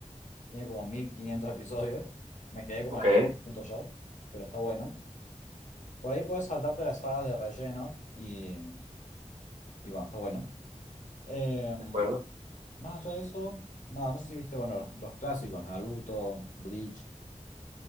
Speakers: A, on the left; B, on the right.
A: tiene como 1500 episodios, me quedé como
B: Ok,
A: en
B: de
A: el 600 yo, pero está bueno. Por ahí puedes saltarte las sagas de relleno y, y bueno, está bueno. Em,
B: acuerdo.
A: más allá de eso, nada, no sé si viste, bueno, los, los clásicos, Naruto, Bleach.